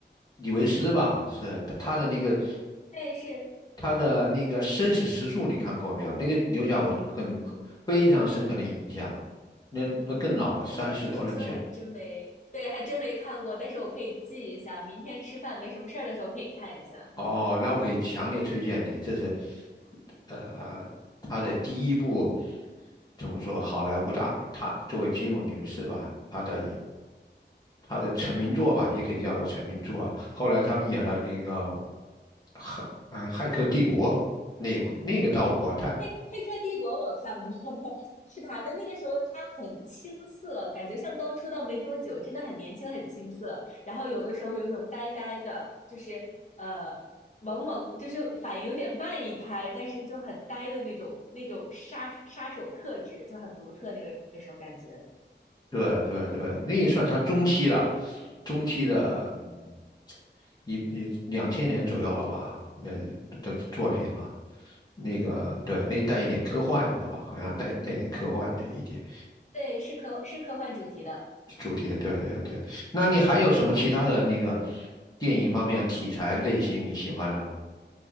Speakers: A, on the left; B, on the left.
A: 李维斯吧？是他他的那个
B: 哎，是
A: 他的那个《生死时速》，你看过没有？那个留下我很很非常深刻的印象。那那更老了，
B: 哎呦，
A: 三十多年前。
B: 生死之色还真没，对，还真没看过，但是我可以记一下，明天吃饭没什么事儿的时候可以看一下。
A: 哦，那我可以强烈推荐你，这是，呃，他的第一部怎么说？好莱坞大，他作为基努·里维斯吧，他的他的成名作吧，也可以叫做成名作。后来他们演了那个《骇嗯骇客帝国》那一部，那个到我太
B: 黑黑客帝国我看过，<laughs> 是他的那个时候他很青涩，感觉像刚出道没多久，真的很年轻很青涩。然后有的时候有一种呆呆的，就是呃萌萌，就是反应有点慢一拍，但是就很呆的那种那种杀杀手特质就很独特，那个时候感觉。
A: 对对对，那也算他中期了，中期的嗯一一两千年左右了吧，那的的作品了。那个对，那带一点科幻的吧，好像带带点科幻的一点
B: 对，是科是科幻主题的。
A: 主题。对对对，那你还有什么其他的那个电影方面题材类型你喜欢呢？